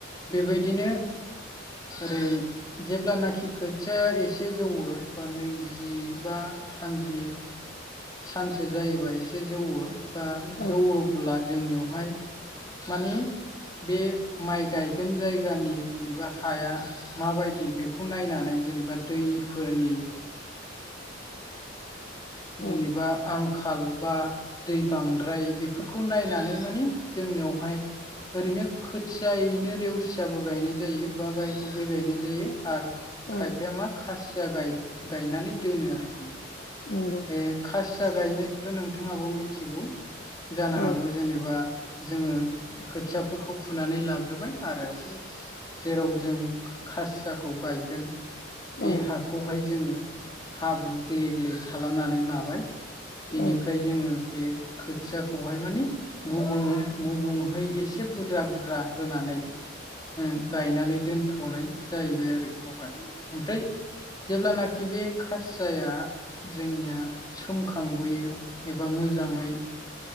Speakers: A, on the left; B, on the left.
A: बेबायदिनो ओरै जेब्लानाखि खोथिया एसे जौवो बा नैजिबा थामजि सानसो जायोबा एसे जौवो बा
B: औ
A: जौवो अब्ला जोंनियावहाय मानि बे माइ गायगोन जायगानि जेनेबा हाया माबायदि बेखौ नायनानै जेनेबा दैफोरनि जेनेबा
B: औ
A: आं आंखाल बा दै बांद्राय बेफोरखौ नायनानै माने जोंनियावहाय ओरैनो खोथियायैनो रेवसियाबो गायनाय जायो बा गाय गुबै गायनाय जायो। आर
B: औ
A: खायफाया मा खासिया गाय-गायनानै दोनो आरोखि
B: नंगौ।
A: बे खासिया गायनायथ' नोंथाङाबो मिथिगौ जानो
B: औ
A: हागौ। जेनेबा जोङो खोथियाफोरखौ फुनानै लाग्रोबाय आरो जेराव जों खो-खासियाखौ गायगोन बे
B: औ
A: हाखौहाय जोङो हाब्रु ग्ले ग्ले खालामनानै लाबाय बेनिफ्राय
B: औ
A: जोङो बे खोथियाखौहाय माने गुबुं-गुबुंहै एसे बुरजा-बुरजा होनानै ओ गायनानै दोनथ'नाय जाहैबाय आरो बेखौहाय ओमफ्राय जेब्लानाखि बे खासियाया जोंनिया सोमखांबोयो एबा मोजाङै